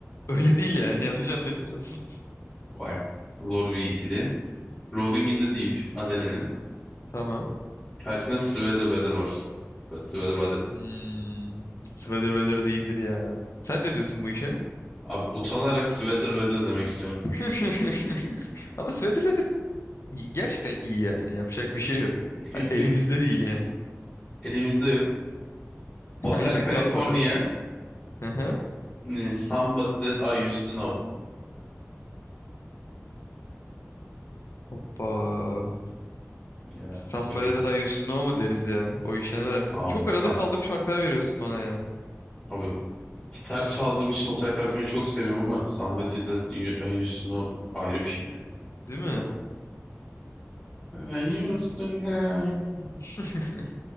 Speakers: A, on the left; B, on the left.
A: öyle değil yani. Yanlış anlaşılmasın.
B: var. Zor bir ikili. Rolling in the Deep, Adele'nin.
A: <laughs> Tamam.
B: Karşısında Sweater Weather var. Sweater Weather.
A: Hmm. Sweater weather de iyidir ya. Sen ne diyorsun bu işe?
B: Abi utanarak Sweater Weather demek istiyorum.
A: <laughs> Ama sweater weather iyi- gerçekten iyi yani. Yapacak bir şey yok.
B: <laughs>
A: Ha, Elimizde değil yani.
B: Elimizde yok.
A: <laughs>
B: Hotel
A: Aynen
B: California,
A: kalmadı. Aha.
B: e, Somebody That I Used to Know.
A: Hoppa.
B: Ya
A: Somebody
B: öyle iki.
A: that I used to know mu deriz ya? O işe ne dersin?
B: Abi,
A: Çok arada
B: ad-
A: kaldığım şarkılar veriyorsun bana ya.
B: abi gitar çaldığım için Hotel California'yı çok seviyorum ama Somebody That You I Used To Know ayrı bir şey.
A: Değil mi?
B: I used to know.
A: Hmm. <laughs>